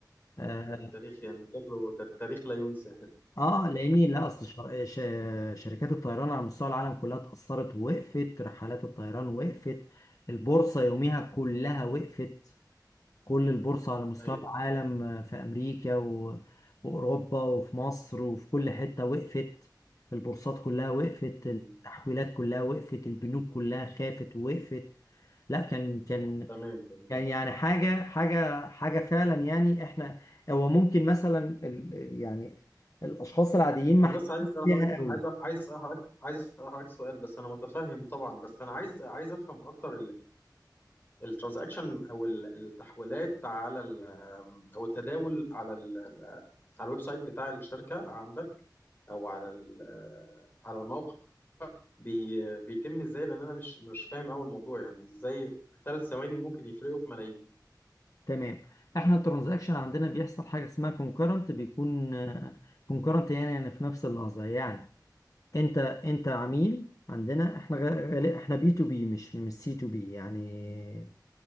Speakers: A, on the left (about 50°); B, on the left (about 30°).
A: آه
B: أنا فاكر التاريخ يعني شكله تاريخ لا ينسى
A: اه لاني لا اصل شر... ش... شركات الطيران على مستوى العالم كلها اتاثرت وقفت رحلات الطيران وقفت البورصه يوميها كلها وقفت كل البورصه على مستوى
B: ايوه
A: العالم آه، في امريكا و... واوروبا وفي مصر وفي كل حته وقفت البورصات كلها وقفت
B: مم.
A: التحويلات كلها وقفت البنوك كلها خافت ووقفت لا كان كان
B: تمام تمام
A: يعني يعني حاجة حاجة حاجة فعلا يعني احنا هو ممكن مثلا ال- يعني الأشخاص العاديين ما
B: انا بس
A: حاسين
B: عايز اسال
A: بيها
B: حضرتك
A: قوي
B: عايز عايز اسال حضرتك عايز اسال حضرتك سؤال بس انا متفهم طبعا بس انا عايز عايز افهم اكتر الترانزاكشن او ال- التحويلات على ال- او التداول على ال- على الويب سايت بتاع الشركه عندك او على ال- على الموقع بي بيتم ازاي لان انا مش مش فاهم اول الموضوع يعني ازاي ثلاث ثواني ممكن يفرقوا في ملايين
A: تمام احنا الترانزاكشن عندنا بيحصل حاجة اسمها كونكرنت بيكون كونكرنت يعني يعني في نفس اللحظة يعني انت انت عميل عندنا احنا غ- غالب- احنا بي تو بي مش مش سي تو بي يعني